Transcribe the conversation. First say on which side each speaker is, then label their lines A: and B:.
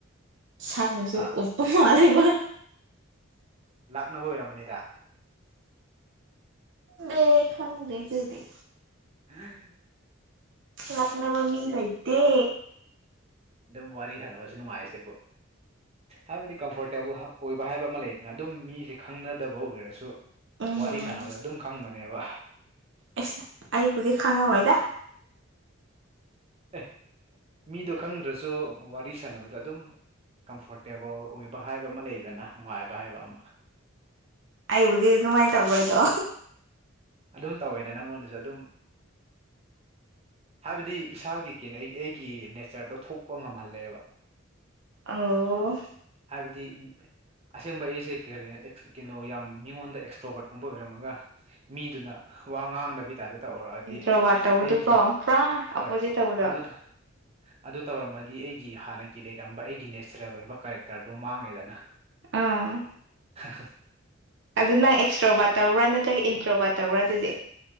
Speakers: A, on the right; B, on the right.
A: ꯁꯥꯟꯅꯕꯁꯨ
B: ꯑꯥ
A: ꯎꯠꯄꯉꯥ ꯂꯩꯕ
B: ꯂꯥꯛꯅꯕ ꯑꯣꯏꯔꯝꯃꯅꯤꯗ
A: ꯗꯦ ꯈꯪꯗꯗꯤꯁꯤꯗꯤ
B: ꯎꯝ
A: ꯂꯛꯅ ꯃꯃꯤ ꯂꯩꯗꯦ
B: ꯑꯗꯨꯝ ꯋꯥꯔꯤ ꯁꯥꯟꯅꯕꯁꯨ ꯅꯨꯡꯉꯥꯏꯔꯤꯁꯤꯦꯕꯨ ꯍꯥꯏꯕꯗꯤ ꯀꯝꯐꯣꯔꯇꯦꯕꯜ ꯑꯣꯏꯕ ꯍꯥꯏꯕ ꯑꯃ ꯂꯩꯗꯅ ꯑꯗꯨꯝ ꯃꯤꯁꯦ ꯈꯪꯅꯗꯕ ꯑꯣꯏꯔꯔꯁꯨ
A: ꯎꯝ
B: ꯋꯥꯔꯤ ꯁꯥꯟꯅꯕꯗ ꯑꯗꯨꯝ ꯈꯪꯕꯅꯦꯕ
A: ꯑꯦꯁ ꯑꯩꯕꯨꯗꯤ ꯈꯪꯉꯝꯃꯣꯏꯗ
B: ꯑꯦ ꯃꯤꯗꯣ ꯈꯪꯗ꯭ꯔꯁꯨ ꯋꯥꯔꯤ ꯁꯥꯟꯅꯕꯗ ꯑꯗꯨꯝ ꯀꯝꯐꯣꯔꯇꯦꯕꯜ ꯑꯣꯏꯕ ꯍꯥꯏꯕ ꯑꯃ ꯂꯩꯗꯅ ꯅꯨꯡꯉꯥꯏꯕ ꯍꯥꯏꯕ ꯑꯃ
A: ꯑꯩꯕꯨꯗꯤ ꯑꯗꯨꯃꯥꯏꯅ ꯇꯧꯕ꯭ꯔ ꯑꯗꯣ
B: ꯑꯗꯨꯝ ꯇꯧꯋꯦꯗ ꯅꯪꯉꯣꯟꯗꯁꯨ ꯑꯗꯨꯝ ꯍꯥꯏꯕꯗꯤ ꯏꯁꯥꯒꯤ ꯀꯦꯅꯩ ꯑꯩꯒꯤ ꯅꯦꯆꯔꯗꯣ ꯊꯣꯛꯄ ꯉꯝꯍꯜꯂꯦꯕ꯫ <unintelligible>
A: ꯑꯣ
B: ꯍꯥꯏꯕꯗꯤ ꯑꯁꯦꯡꯕ ꯑꯩꯁꯦ ꯀꯔ ꯀꯩꯅꯣ ꯌꯥꯝ ꯃꯤꯉꯣꯟꯗ ꯑꯦꯛꯁꯇ꯭ꯔꯣꯕꯔꯠꯀꯨꯝꯕ ꯑꯣꯏꯔꯝꯃꯒ ꯃꯤꯗꯨꯅ ꯋꯥ ꯉꯥꯡꯗꯕꯤ ꯇꯥꯏꯇ ꯇꯧꯔꯛꯑꯗꯤ
A: ꯏꯟꯇ꯭ꯔꯣꯕꯥꯔꯠ ꯇꯧꯕꯗꯨꯀꯣ
B: ꯑꯩꯒꯤ
A: ꯄꯨꯔꯥ ꯑꯣꯄꯣꯖꯤꯠ
B: ꯍꯣꯏ
A: ꯇꯧꯕꯗꯣ
B: ꯑꯗꯨꯗ ꯑꯗꯨ ꯇꯧꯔꯝꯃꯗꯤ ꯑꯩꯒꯤ ꯍꯥꯟꯅꯒꯤ ꯂꯩꯔꯝꯕ ꯑꯩꯒꯤ ꯅꯦꯆꯔꯦꯜ ꯂꯣꯕꯛ ꯀꯔꯦꯛꯇꯔꯗꯨ ꯃꯥꯡꯉꯦꯗꯅ꯫
A: ꯑꯥ
B: ꯍꯁ
A: ꯑꯗꯨ ꯅꯪ ꯑꯦꯛꯁꯇ꯭ꯔꯣꯕꯥꯠ ꯇꯧꯕꯔꯥ ꯅꯠꯇ꯭ꯔꯒ ꯏꯟꯇ꯭ꯔꯣꯕꯥꯠ ꯇꯧꯕꯔꯥ ꯑꯗꯨꯗꯤ꯫